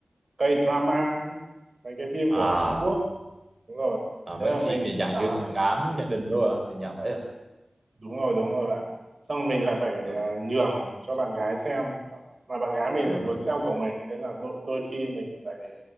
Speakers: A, on the right; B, on the right.
A: K-drama ấy, mấy cái phim
B: à,
A: của Hàn Quốc đúng rồi
B: à mấy
A: thế là
B: cái
A: mình
B: phim dạng,
A: tự
B: dạng
A: bảo
B: kiểu
A: là
B: tình
A: mình
B: cảm gia đình đúng không ạ? dạng dạng vậy à
A: đúng rồi đúng rồi bạn xong rồi mình lại phải
B: Ờ,
A: à, nhường cho bạn gái xem mà bạn gái mình
B: ừ,
A: lại muốn
B: hứ.
A: xem cùng mình thế là đôi, đôi khi mình lại